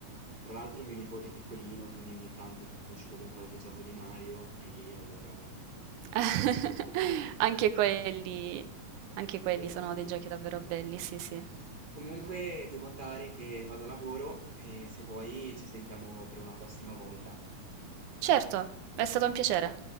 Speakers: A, on the right; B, on the right.
A: Tra l'altro mio nipote è piccolino, quindi ogni tanto sono uscito con qualche gioco di Mario e lì allora ci
B: <laughs>
A: ho giocato un pochino,
B: Anche quelli, anche
A: quelli
B: quelli
A: belli.
B: sono dei giochi davvero belli, sì, sì.
A: Comunque devo andare che vado a lavoro e se vuoi ci sentiamo per una prossima volta.
B: Certo, è stato un piacere.